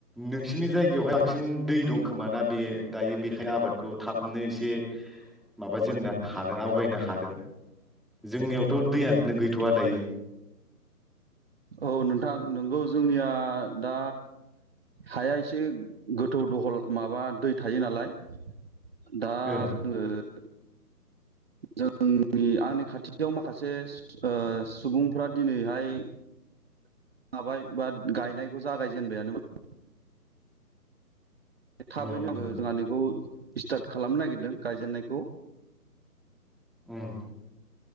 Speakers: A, in the centre; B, on the right.
A: नोंसिनि जायगायावहाय बांसिन दै दं खोमाना बे दायो बेखायनो आबादखौ थाबनो एसे माबा जेननो हादों आवगायनो हादों जोंनियावथ' थ' दैयानो गैथ'वा दायो ।
B: औ नोंथां नोंगौ जोंनिया दा हाया एसे गोथौ दहल माबा दै थायो नालाय । दा
A: ओं
B: जोङो <inaudible> जोंनि आंनि खाथियाव माखासे सुबुंफ्रा दिनैहाय माबाय बा गायनायखौ जागायजेनबायानो थाबैनो
A: उम
B: आङो जोंहानिखौ स्टार्ट खालामनो नागिरदों गायजेननायखौ ।
A: उम